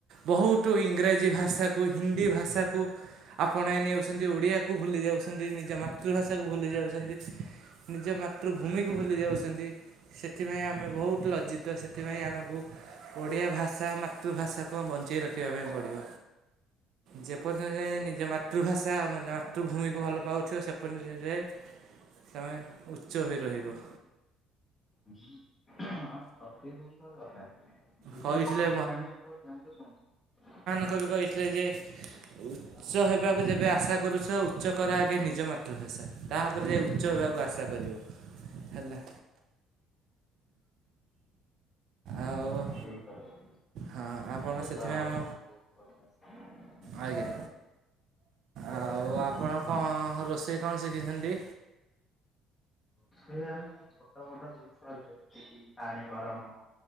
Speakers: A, on the right; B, on the left.
A: ବହୁତ ଇଂରାଜୀ ଭାଷାକୁ ହିନ୍ଦୀ ଭାଷାକୁ, ଆପଣାଇ ନେଉଛନ୍ତି। ଓଡ଼ିଆକୁ ଭୁଲି ଯାଉଛନ୍ତି, ନିଜ ମାତୃଭାଷାକୁ ଭୁଲି ଯାଉଛନ୍ତି। ନିଜ ମାତୃଭୂମିକୁ ଭୁଲି ଯାଉଛନ୍ତି। ସେଥିପାଇଁ ଆମେ ବହୁତ ଲଜ୍ଜିତ। ସେଥିପାଇଁ ଆମକୁ ଓଡ଼ିଆ ଭାଷା ମାତୃଭାଷାକୁ ବଞ୍ଚେଇ ରଖିବା ପାଇଁ ପଡ଼ିବ। ଯେପର୍ଯ୍ୟନ୍ତ ନିଜ ମାତୃଭାଷା ଆମର ମାତୃଭୂମିକୁ ଭଲ ପାଉଥିବା ସେପରିରେ ତମେ ଉଚ୍ଚ ହୋଇ ରହିବ।
B: ହୁଁ। ଅତି ସୁନ୍ଦର କଥା ଏତେ
A: କହିଥିଲେ
B: ସୁନ୍ଦର ବାଣୀ ଆପଣ କେଉଁଠୁ ଶୁଣିଚନ୍ତି?
A: ତାଙ୍କୁ ବି କହିଥିଲେ ଯେ ଉଚ୍ଚ
B: ହଁ
A: ହେବାକୁ ଯେବେ ଆଶା କରୁଛ ଉଚ୍ଚ କର ଆଗ ନିଜ ମାତୃଭାଷା ତାପରେ ଯାଇ ଉଚ୍ଚ ହେବାକୁ
B: ଓହୋ
A: ଆଶା କରିବ ହେଲା। ଆଉ
B: ଠିକ ଅଛି।
A: ହଁ ଆପଣ
B: ବହୁତ
A: ସେଥିପାଇଁ
B: ଆ
A: ଆମ
B: ବହୁତ ବହୁତ
A: ଆଜ୍ଞା ଆଉ ଆପଣ କଣ ରୋଷେଇ କଣ ଶିଖିଛନ୍ତି?
B: ସେ ଆମେ ଛୋଟ ମୋଟ ଜିନିଷ ଯେମିତି କି ପାଣି ଗରମ